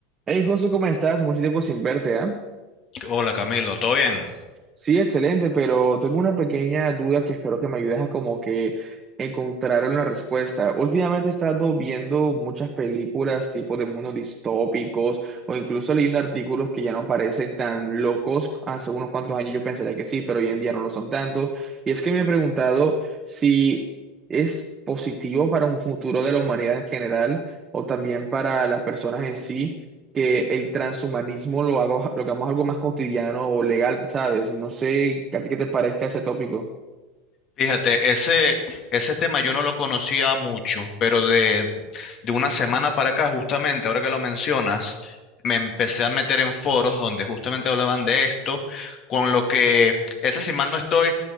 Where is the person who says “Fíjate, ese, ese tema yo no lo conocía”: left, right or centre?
Left